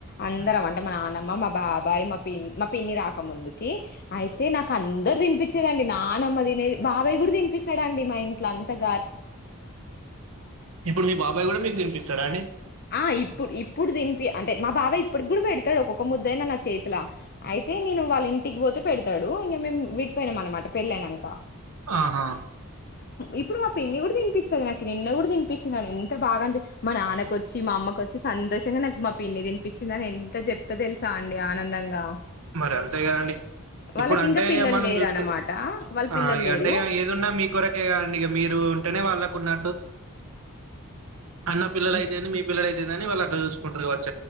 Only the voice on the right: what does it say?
హ్మ్
ఇప్పుడు మీ బాబాయ్ గూడా మీకు తినిపిస్ తడ అండీ
ఆహా
మరి అంతే గదండి
ఇప్పుడు అంటేఇగ
మనం
జూసుకు
ఆ
ఇగ
అంటే ఏదున్నా మీ కొరకే గద ఇగ మీరు ఉంటేనే వాళ్ళకు ఉన్నట్టు అన్న పిల్ల లయితేంది
మీ పిల్ల అతే దని వాళ్ళ అట్ల జూసుకుంటరు గావచ్చు